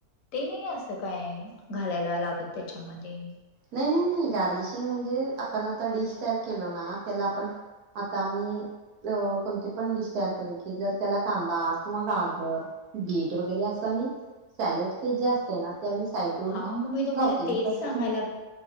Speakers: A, on the left (about 65°); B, on the right (about 80°).
A: ते नाही असं काय घालायला लागत त्याच्यामध्ये
B: नाही नाही नाही गार्लिशिंग म्हणजे आपण आता डिश तयार केलो ना त्याला आपण आता आम्ही अ कोणती पण डिश तयार केली की जर त्याला कांदा किंवा गाजर बीट वगैरे असा मी, सॅलेड ते जे असते ना, ते आम्ही साईडून
A: हा मग मी तुम्हाला
B: लावते
A: तेच
B: मग तसं
A: सांगायला
B: तुम्ही,